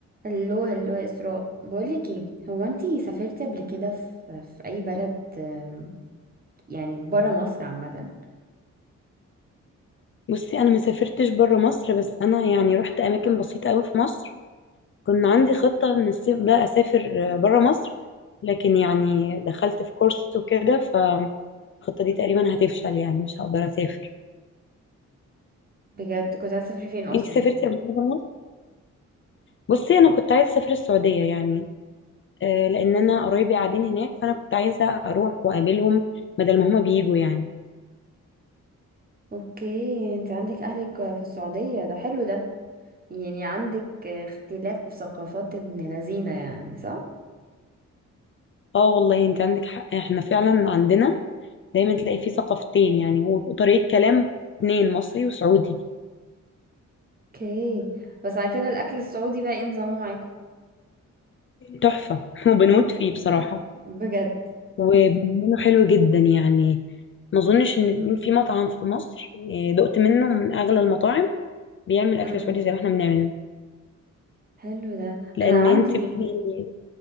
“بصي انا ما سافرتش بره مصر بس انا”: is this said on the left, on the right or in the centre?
Left